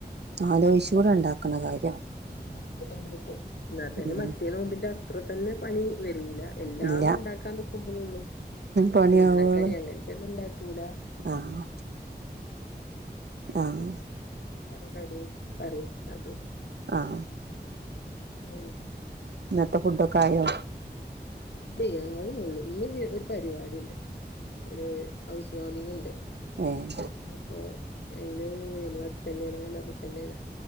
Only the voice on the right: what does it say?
ആലോചിച്ചൂടെ
ഉണ്ടാക്കണ കാര്യം
ഉം
ഇല്ല
പണിയാവോളം
ആഹ് ആഹ്
ആഹ്
ഇന്നത്തെ ഫുഡൊക്കെ ആയോ
ആഹ്